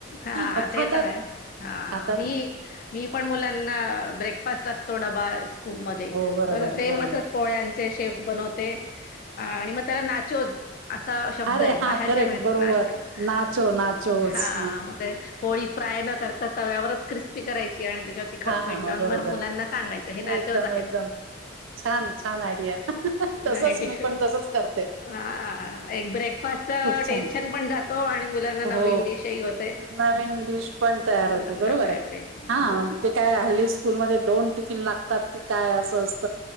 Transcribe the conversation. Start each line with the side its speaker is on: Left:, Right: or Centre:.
Left: हा
Right: मग खातात
Left: ते तर आहे हा
Right: खातात
Left: मी मी पण मुलां ना ब्रेकफास्ट असतो डबा <inaudible> स्कूलमधे
Right: हो बरोबर
Left: तर सेम
Right: बरोबर
Left: असच पोळ्यांचे श <inaudible> ते -आणि मग त्याला नाचोज. असा शब्द
Right: अरे
Left: आहे
Right: हा
Left: बाहेर
Right: करेक्ट
Left: ज्या मिळत
Right: बरोबर
Left: ना ते <inaudible>
Right: नाचो नाचोच
Left: -हां पोळी फ्राय न करता तव्यावरच क्रिस्पी. ते करायं. आणि त्याच्यावरती तिखट
Right: हा
Left: मीठ
Right: हा
Left: लावून
Right: हा बरोबर
Left: म मुलांना सांगायचं हे नाचोज
Right: एकदम
Left: आहेत.
Right: एकदम छान छान आयडिया
Left: नाही
Right: तसच
Left: <inaudible>
Right: मी पण तसच करते
Left: हां एक ब्रेकफास्टच
Right: खूप
Left: टेन्शन
Right: छान
Left: पण जातो आणि मुलांना
Right: हो
Left: नवीन डिशही होते-
Right: नवीन डिश पण तयार
Left: मुलांना
Right: होते बरोबर
Left: मिळते
Right: आहे
Left: बरोबर.
Right: हा ते काय हल्ली स्कूलमध्ये दोन टिफिन लागतात की काय असं असत.